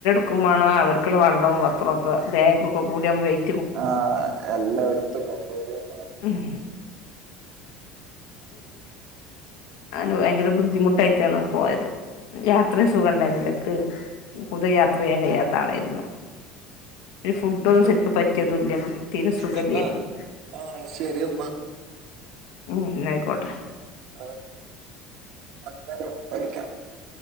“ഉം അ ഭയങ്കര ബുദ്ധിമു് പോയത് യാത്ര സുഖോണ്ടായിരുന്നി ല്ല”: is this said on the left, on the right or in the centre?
Left